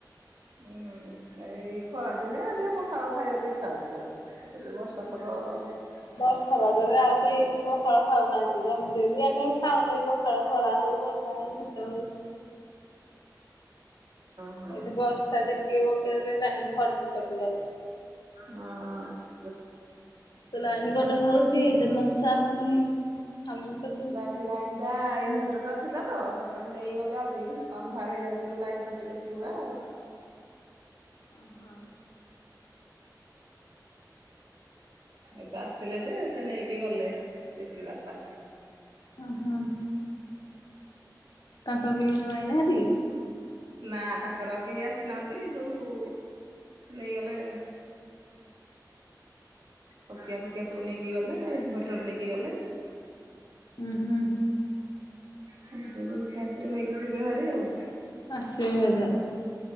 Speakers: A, on the right (about 75°); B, on the left (about 75°).
A: ହୁଁ ଏଇ ଖରାଦିନେ ଟିକେ ପଖାଳ ଖାଇବାକୁ ଇଚ୍ଛା ହଉଥିବ। ଏ ଯଉ ବର୍ଷା ପାଗ ଅ
B: ବର୍ଷା ପାଗରେ ଆଉ କେହି ପଖାଳ ଖାଉନାହାନ୍ତି ଏମିତି ରେ ବି ଆମେ ଖାଉନି ପ ପଖାଳ ଖରା ହଉ ବର୍ଷା ହଉ ଶୀତ ହଉ
A: ହଁ
B: ଏଇଠି ବର୍ଷା ଟିକିଏ ପକେଇଦେଲେ ଲାଇନି ଫଟିକି କଟି ଯାଉଚି।
A: ହଁ ଅଁ
B: ତ ଲାଇନି କଟା ହଉଛି ଯେ ମଶା ଆ ପୁଣି କାମୁଡୁଚନ୍ତି
A: ଲାଇନା ଟା ଇନଭର୍ଟରଟା ଥିଲା ତ ସେଟା ନେଇଗଲେ ଆଜି ଅନ୍ଧାର ହେଇଯାଉଛି ଏବେ ଲାଇନ୍ କଟିଲେ। ପୁରା ଆଉ।
B: ଓ ହୋ
A: ଏବେ ଆସିଥିଲେ ଯେ ସେ ନେଇକି ଗଲେ ରିଷି ବାପା।
B: ଓହୋ। ତାଙ୍କ କେହି ଆଇନାହାନ୍ତି କି?
A: ନା ତାଙ୍କର କେହି ଆସିନାହାନ୍ତି ସବୁ ନେଇଗଲେ। ତକିଆ ଫକିଆ ସବୁ ନେଇକି ଗଲେ ଇନଭଟର ନେଇକି ଗଲେ।
B: ହୁଁ ହୁଁ
A: <unintelligible> ଆସିକି ନେଇକି ଯିବେ ହେରି ଆଉ।
B: ଆସିବେ ବୋଧେ ଆଉ